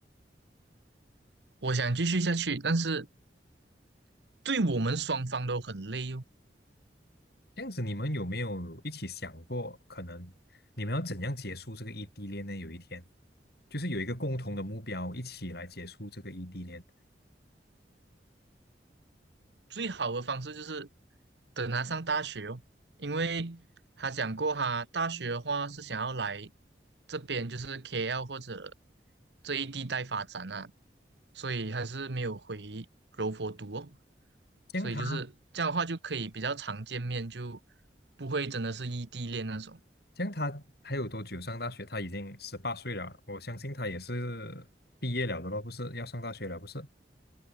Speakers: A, on the right; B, on the left.
A: 我想继续下去，但是对我们双方都很累哦。
B: 这样子，你们有没有一起想过，可能你们要怎样结束这个异地恋呢？有一天，就是有一个共同的目标，一起来结束这个异地恋。
A: 最好的方式就是等他上大学哦，因为他讲过哈，大学的话是想要来这边，就是 KL 或者这一地带发展啊，所以还是没有回柔佛读哦，
B: 这他，
A: 所以就是这样的话就可以比较常见面，就不会真的是异地恋那种。
B: 这他还有多久上大学？他已经十八岁了，我相信他也是毕业了的咯，不是要上大学了，不是？